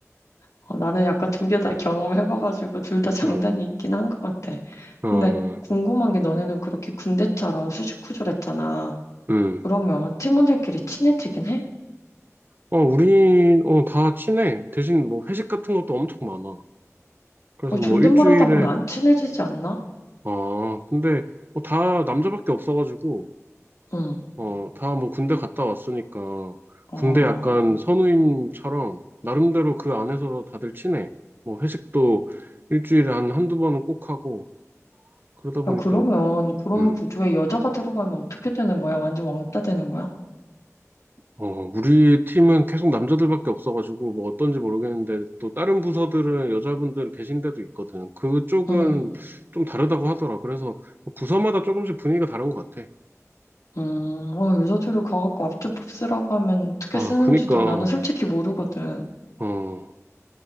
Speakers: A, on the left; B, on the right.
A: 어, 나는 약간 두 개 다 경험해봐가지고 둘 다 장단이
B: 어,
A: 있긴 한 것 같아.
B: 어,
A: 근데 궁금한 게 너네는 그렇게 군대처럼 수직 구조를 했잖아.
B: 음.
A: 그러면 팀원들끼리 친해지긴 해?
B: 어, 우린, 어, 다 친해. 대신 뭐 회식 같은 것도 엄청 많아. 그래서
A: 어,
B: 뭐
A: 존댓말
B: 일주일에,
A: 하다 보면 안 친해지지 않나?
B: 아, 근데 뭐 다 남자밖에 없어가지고,
A: 응.
B: 어, 다 뭐 군대 갔다 왔으니까,
A: 어.
B: 군대 약간 선우임처럼, 나름대로 그 안에서 다들 친해. 뭐 회식도 일주일에 한 한두 번은 꼭 하고, 그러다 보니까,
A: 야, 그러면 그런
B: 음,
A: 구조에 여자가 들어가면 어떻게 되는 거야? 완전 왕따 되는 거야?
B: 어, 우리 팀은 계속 남자들밖에 없어가지고, 뭐 어떤지 모르겠는데, 또 다른 부서들은 여자분들 계신 데도 있거든. 그쪽은
A: 응.
B: 좀 다르다고 하더라. 그래서 뭐 부서마다 조금씩 분위기가 다른 것 같아.
A: 음, 어, 유자초를 가갖고 앞주법 쓰라고 하면 어떻게
B: 아,
A: 쓰는지도
B: 그니까.
A: 나는 솔직히 모르거든.
B: 어,